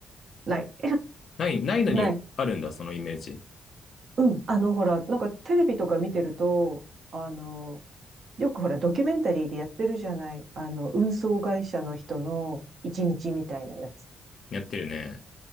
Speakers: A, on the right; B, on the left.
A: ない。
B: ない、ないのにあるんだ、
A: <laughs> ない。
B: そのイメージ。
A: うん。あの、ほら、なんかテレビとか見てると、あの、よくほら、ドキュメンタリーでやってるじゃない。あの、運送会社の人の一日みたいなやつ。
B: やってるね。